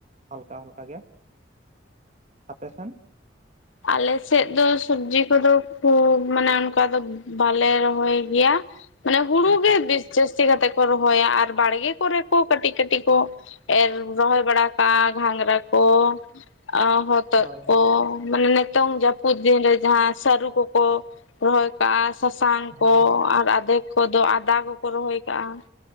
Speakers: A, on the right; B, on the left.
A: ᱦᱟᱞᱠᱟ ᱦᱟᱞᱠᱟ ᱜᱮ ᱟᱯᱮ ᱥᱮᱱ?
B: ᱟᱞᱮᱥᱮᱫ ᱫᱚ ᱥᱚᱵᱡᱤ ᱠᱚᱫᱚ ᱠᱷᱩᱵ ᱢᱟᱱᱮ ᱚᱱᱠᱟ ᱫᱚ ᱵᱟᱞᱮ ᱨᱚᱦᱚᱭ ᱜᱮᱭᱟ ᱢᱟᱱᱮ ᱦᱩᱲᱩᱜ
A: ᱦᱳᱭ
B: ᱜᱮ ᱵᱤᱥ ᱡᱟᱹᱥᱛᱤ ᱠᱟᱛᱮ ᱠᱚ ᱨᱚᱦᱚᱭᱟ ᱟᱨ ᱵᱟᱲᱜᱮ ᱠᱚᱨᱮ ᱠᱚ ᱠᱟᱹᱴᱤᱡ ᱠᱟᱹᱴᱤᱡ ᱠᱚ ᱮᱨ ᱨᱚᱦᱚᱭ ᱵᱟᱲᱟ ᱠᱟᱜᱼᱟ ᱜᱷᱟᱸᱜᱽᱨᱟ ᱠᱚ ᱟ ᱦᱚᱛᱼᱼ
A: ᱦᱳᱭ
B: ᱛᱚᱫ ᱠᱚ ᱢᱟᱱᱮ ᱱᱤᱛᱚᱝ ᱡᱟᱹᱯᱩᱫ ᱫᱤᱱ ᱨᱮ ᱡᱟᱦᱟᱸ ᱥᱟᱹᱨᱩ ᱠᱚᱠᱚ ᱨᱚᱦᱚᱭ ᱠᱟᱜᱼᱟ ᱥᱟᱥᱟᱝ ᱠᱚ
A: ᱦᱳᱭ
B: ᱟᱨ ᱟᱫᱷᱮᱠ ᱠᱚᱫᱚ ᱟᱫᱟ ᱠᱚᱠᱚ ᱨᱚᱦᱚᱭ ᱠᱟᱜᱼᱟ